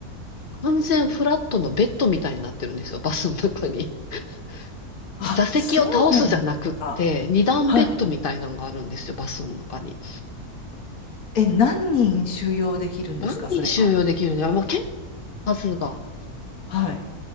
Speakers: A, on the left (about 40°); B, on the left (about 70°).
A: 完全フラットのベッドみたいになってるんですよ、バスの中に。<laughs>
B: あ、
A: 座席を倒すじゃなくって、
B: そうなんですか。
A: 二段ベッドみたいなのがあるんですよ、
B: はい。
A: バスの中に。
B: え、何人収容できるんですか、
A: 何人収容できるのよ、
B: それは。
A: もう結構数が。
B: はい。